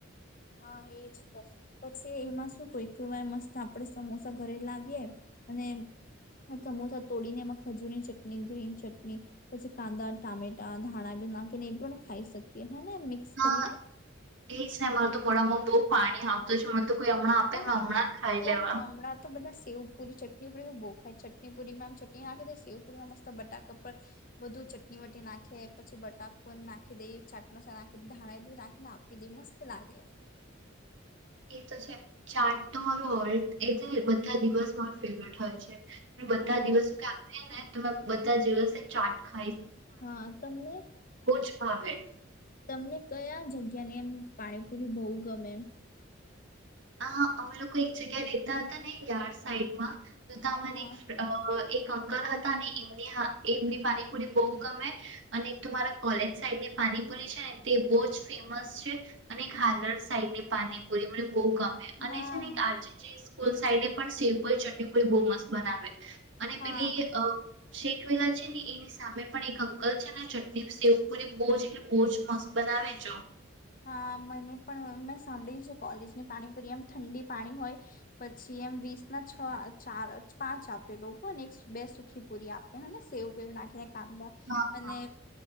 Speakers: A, on the left; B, on the right.
A: હા. એજ તો, પછી એમાં શું કોઈ કહેવાય મસ્ત આપડે સમોસા ઘરે લાવીએ. અને સમોસા તોડીને એમાં ખજૂરની ચટણી, ગ્રીન ચટણી, પછી કાંદા, ટામેટા, ધાણા બી નાખીને એ પણ ખાઈ શકીએ. હેને મિક્સ
B: હા.
A: કરીને.
B: એ છે મારે તો મોડામાં બહુ પાણી આવતુ હોય છે મન તો કોઈ હમણાં આપે
A: પણ,
B: ને હમણાં ખાઈ
A: પણ
B: લેવા
A: હમણાં તો બધા સેવ-પૂરી ચટ <unintelligible> બોફલ ચટણી પુરીમાંમ ચટણી નાખી દે, સેવપુરી મસ્ત બટાકા પર બધું ચટણી વટી નાખી, પછી બટાકુ એમ નાખી દેઇ, ચાટ મસાલા નાખી દ ધાણા એ બધી નાખીને આપી દે મસ્ત લાગે.
B: એ તો છે. ચાટ તો મારો ઓલ એ બધા દિવસ માર ફેવરેટ હોય છે. પણ બધા
A: હા
B: દિવસો કે આવે ને ત બધા જેવાસે ચાટ ખા
A: હા. તમને
B: જ ભાવે
A: તમને કયા જગ્યા ની એમ પાણીપુરી બહુ ગમે?
B: આ અમે લોકો એક જગ્યા રેતા હતા ને યાર્ડ સાઈડ માં તો તા અમારી
A: હા
B: અ એક અંકલ હતા. અને એમની એમની પાનીપુરી બઉ ગમે, અને એક તો મારા કોલેજ સાઈડની પાનીપુરી છે, ને તે બો જ ફેમસ છે અને એક હાલડ સાઈડની પાનીપુરી મને બઉ ગમે અને
A: હા
B: છે ને આજે જે ફુલ સાઇડને પણ સિમ્પલ ચટીપડી બહુ મસ્ત બનાવે. અને
A: હા.
B: પેલી અ શેકવેલા છે, ને એની સામે પણ એક અંકલ છે, ને ચટણી સેવ પૂરી બઉ જ એટલે બઉ જ મસ્ત બનાવે ચ
A: હા. મને પણ મેં સાંભળ્યું છે કોલેજની પાણીપુરી એમ ઠંડી પાણી હોય. પછી એમ વીસ ના છ ચાર જ, પાંચ આપે લોકોને એક બે સુખી પુરી આપે. હને સેવ વેવ નાખે. કાંદા
B: હા
A: અને
B: હા